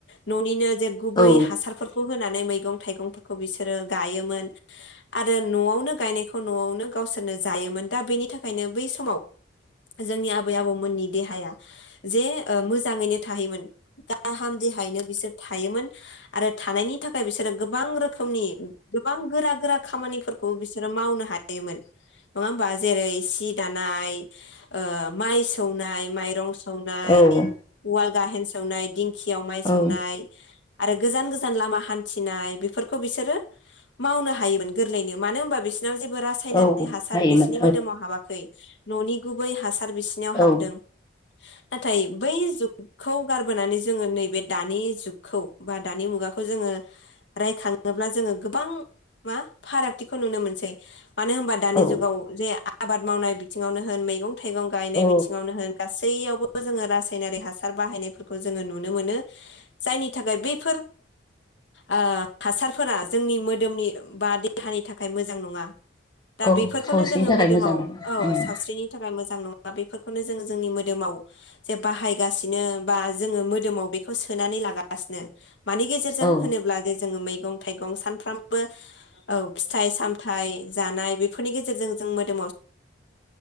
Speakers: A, on the left (about 75°); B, on the left (about 25°).
A: न'निनो गुबै
B: औ
A: हासारफोरखौ होना मैं थाइगंफोरखौ बिसोरो गायोमोन आरो न'आवनो गायनायखौ न'आवनो गावसोरनो जायोमोन दा बेनि थाखायनो बै समाव जोंनि आबै आबौमोननि देहाया जे ओ मोजाङैनो थाहैयोमोन गाहाम देहायैनो बिसोर थायोमोन आरो थानायनि थाखाय बिसोरो गोबां रोखोम रोखोमनि गोबां गोरा-गोरा खामानिफोरखौ बिसोरो मावनो हायोमोन नङा होमबा जेरै सि दानाय ओ माइ सौनाय माइरं सौनाय
B: औ
A: उवाल गाहेन सावनाय दिं खियाव माइ सौनाय
B: औ
A: आरो गोजान-गोजान लामा हान्थिनाय बेफोरखौ बिसोरो मावनो हायोमोन । गोरलैनो मानो होनबा बिसोरनाव जेबो रासायनारि
B: औ
A: हासार
B: हायोमोन
A: बिसोरनि मोदोमाव हाबाखै न'नि गुबै हासार बिसिनाव हाबदों
B: औ
A: नाथाय बै जुग खौ गारबोनानै जोङो नैबे दानि जुगखौ बा दानि मुगाखौ जोङो रायखाङोब्ला जोङो गोबां मा फारागथिखौ नुनो मोनसै। मानो होनबा दानि
B: औ
A: जुगाव जे आबाद मावनाय बिथिङावनो होन मैगं थाइगं गायनाय
B: औ
A: बिथिङावनो होन गासैयावबो जोङो रासायनारि हासार गासैयावबो जोङो रासायनारि हासार बाहायनायफोरखौ जोङो नुनो मोनो जायनि थाखाय बैफोर ओ हासारफोरा जोंनि मोदोमनि बा‌ दे देहानि थाखाय मोजां नङा। दा
B: औ
A: बेफोरखौनो
B: सावस्रिनि
A: जोङो
B: थाखाय
A: मोदोमाव
B: मोजां नङा
A: औ
B: उम
A: सावस्रिनि थाखाय मोजां नङा। दा बेफोरखौनो जोङो जोंनि मोदोमाव जे बाहायगासिनो बा जोङो मोदोमाव बेखौ सोनानै लागासिनो मानि गेजेरजों
B: औ
A: होनोब्ला जे जोङो मै मैगं थाइगं सानफ्रामबो औ फिथाइ-सामथाइ जानाय बेफोरनि गेजेरजों जों मोदोमाव